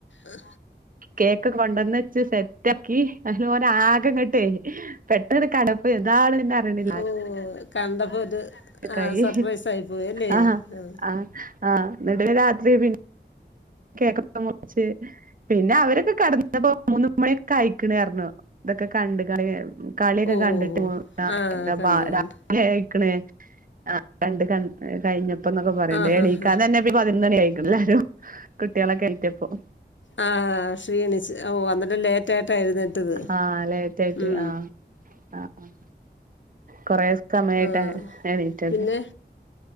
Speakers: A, on the left (about 85°); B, on the right (about 50°).
A: ആഹ
B: കേക്കു കൊണ്ടന്ന് വെച്ച് സെറ്റക്കി അന് ന ആകങ്ങാട്ടെ പെട്ടെന്ന് കടപ്പ് ഇതാള്ന്റെ അറിയണില്ല
A: ഓ കണ്ടപ്പോ ഒരു
B: ക്കായി
A: ആഹ് സർപ്രൈസ് ആയി പോയി അല്ലേ
B: ആഹ്
A: ഉം
B: ആഹ് ആഹ് എന്നിട്ട രാത്രി പിന്നെ കേകൊക്കെ മുറിച്ച് പിന്നെ അവരൊക്കെ കടന്നപ്പോ മൂന്നു മണിക്കെ കഴിക്കണറഞ്ഞു ഇതൊക്കെ കണ്ട് കടെ കളിയൊക്കെ
A: ഓ
B: കണ്ടിട്ട് പോ
A: ആ
B: എന്താപ്പ
A: കണ്ട് കണ്ട്
B: രാത്രി ആയിക്ക്ണ് ആഹ് കണ്ട് കൺ കഴിഞ്ഞപ്പന്നൊക്കെ പറയണ്ടേ
A: ആ ഹാ
B: എണീക്കാനെന്നെ
A: ഹാ
B: പതിനൊന്നണി ആയിക്ണാല്ലാരോ കുട്ട്യേളൊക്കെ എണീറ്റപ്പോ
A: ആഹ് ക്ഷീണിച്ച് ഓ അന്നരം ലേറ്റ് ആയിട്ടാ എഴുന്നേറ്റത്
B: ആഹ് ലേറ്റ് ആയിട്ട്
A: ഉം
B: ആഹ് ആഹ് കൊറേ സമയട്ടാണ്
A: ആ
B: എണീറ്റത്
A: പിന്നെ